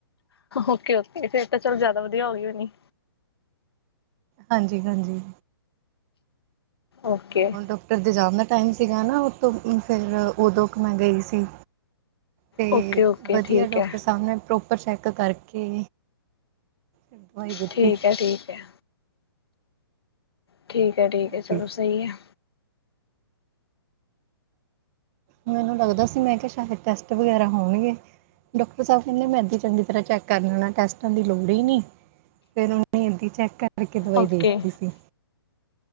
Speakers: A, on the left; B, on the right.
A: ਓਕੇ ਓਕੇ ਫਿਰ ਤਾਂ ਚਲ ਜਿਆਦਾ ਵਧੀਆ ਹੋ ਗਈ ਹੋਣੀ।
B: ਹਾਂਜੀ। ਹਾਂਜੀ।
A: ਓਕੇ
B: ਹੁਣ ਡਾਕਟਰ ਦੇ ਜਾਨ ਟਾਈਮ ਸੀਗਾ ।ਨਾਉਤੋਂ ਫਿਰ ਉਦੋਂ ਮੈਂ ਗਈ ਸੀ। ਤੇ
A: ਓਕੇ ਓਕੇ
B: ਵਧੀਆ
A: ਠੀਕ
B: ਡਾਕਟਰ
A: ਹੈ
B: ਸਾਹਿਬ ਨੇ ਪ੍ਰੋਪ ਪਰ ਚੈੱਕ ਕਰਕੇ ਦਵਾਈ ਦਿੱਤੀ
A: ਠੀਕ ਹੈ, ਠੀਕ ਹੈ। ਠੀਕ ਹੈ, ਠੀਕ
B: ਹਾਂਜੀ।
A: ਹੈ। ਚਲੋ, ਸਹੀ ਹੈ।
B: ਮੈਨੂੰ ਲਗਦਾ ਸੀ ਮੈਂ ਕਿਹਾ ਸ਼ਦ ਟੈਸਟ ਵਗਰਾ ਹੋਣਗੇ। ਡਾਕਟਰ ਸਾਬ ਕਹਿੰਦੇ ਮੈਂ ਚੰਗੀ ਤਰ ਚੈੱਕ ਕਰ ਲੈਣਾ। ਟੈਸਟਾਂ ਦੀ ਲੋੜ ਹੀ ਨਹੀਂ। ਫਿਰ ਇਦਾਂ ਚੈੱਕ ਕਰਕੇ ਦਵਾਈ
A: ਓਕੇ
B: ਦੇ ਦਿੱਤੀ ਸੀ।